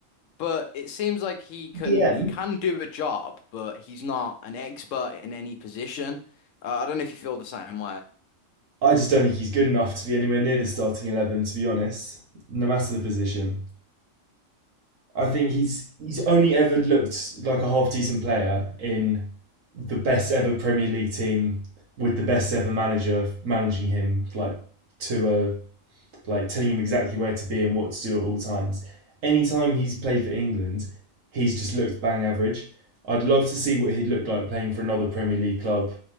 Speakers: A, on the left (about 75°); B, on the right (about 75°).
A: but it seems like he can
B: EM
A: he can do a job, but he's not an expert in any position. Uh, I don't know if you feel the same
B: I just don't think he's good enough to be anywhere near the starting eleven. To be honest, no matter the position, I think he's he's only ever looked like a half decent player in the best ever Premier League team with the best ever manager managing him, like to a like telling him exactly where to be and what to do at all times. Anytime he's played for England, he's just looked bang average. I'd love to see what he'd look like playing for another Premier League club